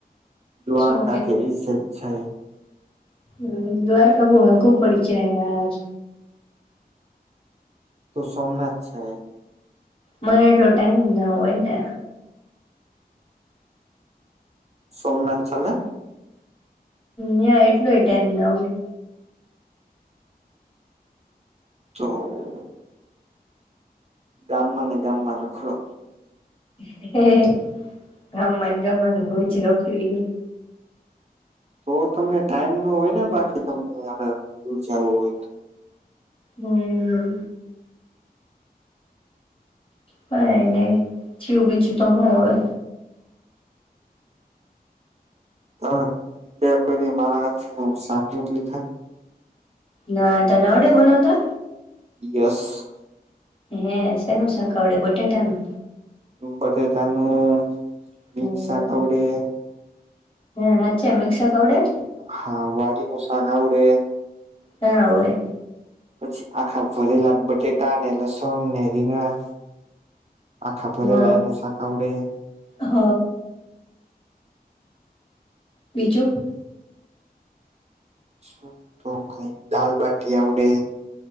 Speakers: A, on the right (about 40°); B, on the left (about 35°).
A: દ્વારકા
B: શું
A: કે વિસ છે.
B: હ દ્વારકા બહુ આઘું પડી જાય યાર.
A: તો સોમનાથ જાયે.
B: મને એટલો ટાઈમ ના હોય ને.
A: સોમનાથ ચાલે?
B: ન્યાં એટલોય ટેમ ન હોય.
A: તો ગામમાં ને ગામમાં રખડો.
B: હે હે ગામમાં-ગામમાં તો રોજ રાખડીએ.
A: તો તમને ટાઈમ નો હોય ને બાકી તમને આપણે દૂર જાવું હોય તો
B: હમ કઈ નહી ચિયો બીજું તો હું હવે.
A: તો તે કોઈ દી મારા હાથનુ સાક શાક રોટલી ખાધી?
B: ના, તને‌ આવડે બનાવતા?
A: યસ.
B: હે.. શેનું શાક આવડે બટેટાનું?
A: બટેકાનું- મિક્સ
B: હમ
A: શાક આવડે.
B: હે હાચ્છે. મિક્સ શાક આવડે?
A: હા વાડીનુ શાક આવડે.
B: ના હોય.
A: પછી આખા ભરેલા બટેટા ને, લસણ ને, ‌ રીંગણા આખા ભરેલા
B: હ
A: એનું શાક આવડે.
B: હ બીજું.
A: શું તો કઈ દાલબાટી આવડે.